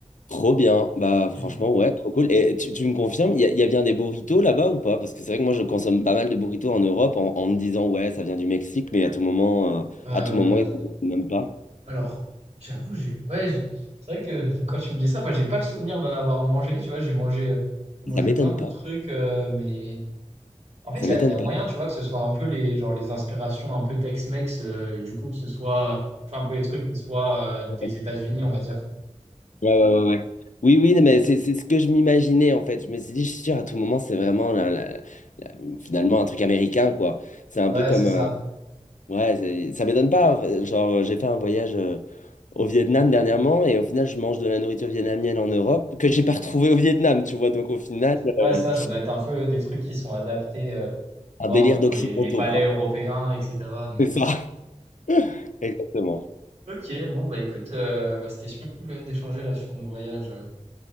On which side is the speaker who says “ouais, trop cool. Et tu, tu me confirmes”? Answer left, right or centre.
Left